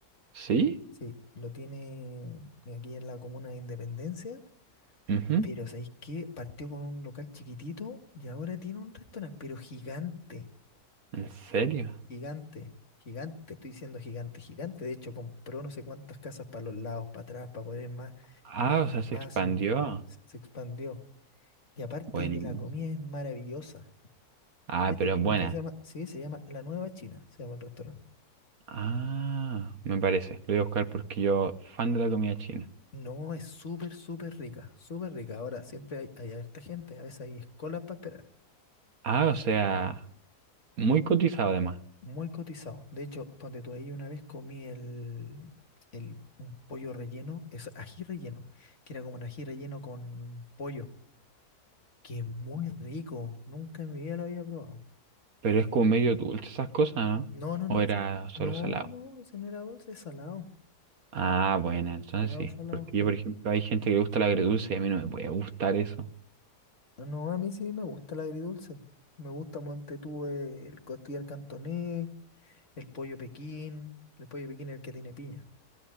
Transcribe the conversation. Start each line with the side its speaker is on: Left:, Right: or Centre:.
Right: ¿Sí?
Left: Sí, lo tiene aquí en la comuna de Independencia.
Right: Ujú.
Left: Pero ¿sabéis qué? Partió con un local chiquitito y ahora tiene un restaurante, pero gigante,
Right: ¿En serio?
Left: gigante, gigante. Estoy diciendo gigante, gigante. De hecho, compró no sé cuántas casas para los lados, para atrás, para poner más,
Right: Ah,
Left: más espacio.
Right: o sea, se expandió.
Left: Se, se expandió. Y aparte
Right: Bueno.
Left: de que la comida es maravillosa.
Right: Ah,
Left: De hecho,
Right: pero es
Left: el
Right: buena.
Left: restaurante se llama, sí, se llama La Nueva China, se llama el restaurante.
Right: Ah, me parece. Lo voy a buscar porque yo, fan de la comida china.
Left: No, es súper, súper rica, súper rica. Ahora, siempre hay, hay harta gente, a veces hay escolas para esperar.
Right: Ah, o sea, muy cotizado además.
Left: Muy cotizado. De hecho, donde tú ahí una vez comí el, el un pollo relleno, es ají relleno, que era como un ají relleno con pollo, que es muy rico. Nunca en mi vida lo había probado.
Right: Pero es como medio dulce esas cosas, ¿no?
Left: No, no,
Right: ¿O
Left: no, ese,
Right: era solo
Left: no,
Right: salado?
Left: no, ese no era dulce, es salado.
Right: Ah, bueno, entonces
Left: Salado,
Right: sí.
Left: salado,
Right: Porque
Left: sí.
Right: yo, por ejemplo, hay gente que le gusta el agridulce y a mí no me puede gustar eso.
Left: No, a mí sí me gusta el agridulce. Me gusta, monte tú, el costillar cantonés. El pollo Pekín, el pollo Pekín es el que tiene piña.